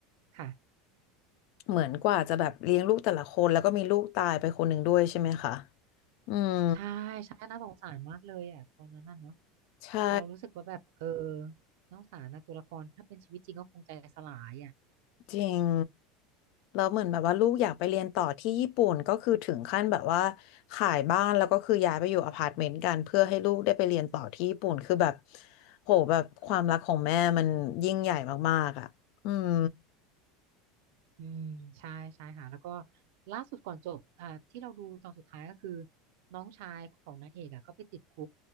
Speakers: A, on the right; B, on the left.
A: ค่ะ
B: เหมือนกว่าจะแบบเลี้ยงลูกแต่ละคนแล้วก็มีลูกตายไปคนหนึ่งด้วยใช่ไหมคะอืม
A: ใช่ใช่น่าสงสารมากเลยอ่ะตอนนั้นน่ะเนอะ
B: ใช่
A: เรารู้สึกว่าแบบเออน้องสารนะตัวละครถ้าเป็นชีวิตจริงก็คงใจสลายอ่ะ
B: จริงแล้วเหมือนแบบว่าลูกอยากไปเรียนต่อที่ญี่ปุ่นก็คือถึงขั้นแบบว่าขายบ้านแล้วก็คือย้ายไปอยู่อพาร์ตเมนต์กันเพื่อให้ลูกได้ไปเรียนต่อที่ญี่ปุ่นคือแบบโหแบบความรักของแม่มันยิ่งใหญ่มากๆอ่ะอืม
A: อืมใช่ใช่ค่ะแล้วก็ล่าสุดก่อนจบอ่าที่เราดูตอนสุดท้ายก็คือน้องชายของนางเอกอ่ะก็ไปติดคุก